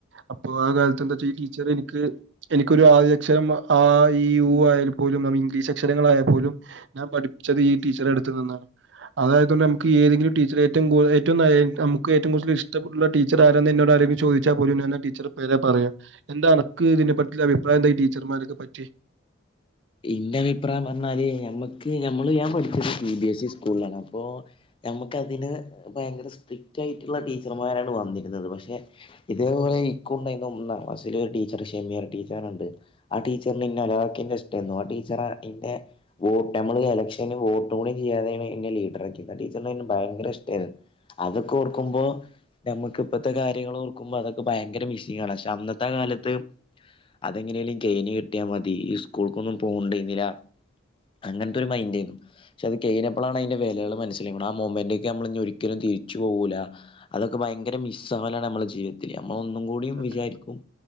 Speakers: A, on the right; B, on the left.
A: അപ്പൊ ആ കാലത്ത് എന്താച്ചാ ഈ ടീച്ചർ എനിക്ക് എനിക്കൊരു ആദ്യ അക്ഷരം ആ ഇ ഊ ആയൽ പോലും ന ഇംഗ്ലീഷ് അക്ഷരങ്ങള ആയാ പോലും ഞാൻ പഠി ചതീ ടീച്ചറെടുത് നിന്നാണ് അതായതൊണ്ട് നമുക്ക് ഏതെങ്കിലും ടീച്ചർ ഏറ്റവും ഏറ്റവും നമുക്ക് ഏറ്റവും കൂടുതൽ ഇഷ്ടട്ടുള്ള ടീച്ചറ് ആരാണെന്ന് എന്നോട് ആരെങ്കി ചോദിച്ചാ പോലും ഞാൻ ടീച്ചർ പേരാ പറയാ എന്താ അനക്ക്‌ ഇതിനെപറ്റിള്ള അഭിപ്രായംന്താ ടീച്ചർമാരൊക്കെ പറ്റി
B: ഇന്റെ അഭിപ്രായം പർഞ്ഞാല് ഞമ്മക്ക് ഈ ഞമ്മള് ഞാൻ പഠിച്ചത് സി ബി എസ് ഇ സ്കൂളിലാണ് അപ്പോ ഞമ്മുക്കതിന് ഭയങ്കര സ്ട്രിക്റ്റ് ആയിട്ടുള്ള ടീച്ചർമാരാണ് വന്നിരുന്നത് പക്ഷെ ഇതേപോലെ ഇൻക്കുണ്ടായിനി ഒന്നാം ക്ലാസ്സില് ഒരു ടീച്ചർ ഷെമിറ ടീച്ചറ് പർഞ്ഞാണ്ട് ആ ടീച്ചറിന് ഇന്നെ അലാക്കിന്റെ കെന്നു ആ ടീച്ചറെ ഇന്റെ വോട്ട് നമ്മൾ എലക്ഷന് വോട്ട് ചെയ്യാതെയാണ് ലീഡർക്കിയത് ആ ടീച്ചർന് ഇന്നെ ഭയങ്കര ഇഷ്ടെന്നു അതൊക്കെ ഓർക്കുമ്പോ നമ്മുക്ക് ഇപ്പോഴത്തെ കാര്യങ്ങൾ ഓക്കുമ്പോ അതൊക്കെ ഭയങ്കര മിസ്സിംങ്ങ് ആണ് പക്ഷെ അന്നത്തെ കാലത്ത് അതെങ്ങനെയെലും കെയിന് കിട്ടിയാൽ മതിഈസ് സ്കൂൾക്കൊന്നും പോകണ്ടേര്ന്നില അങ്ങനത്തെ ഒരു മൈൻഡ്യേനു പക്ഷെ അത് കഴിഞ്ഞപ്പളാണ് അയിന്റെ വിലേള് മനസ്സിലായിക്ക്ണു ആ മൊമെന്റക് നമ്മൾ ഒരിക്കലും തിരിച്ചു പോകൂല അതൊക്കെ ഭയങ്ക മിസ്സകലാണ് നമ്മുടെ ജീവിതത്തില് നമ്മള് ഒന്നും കൂടി
A: അതെ
B: വിചാരിക്കും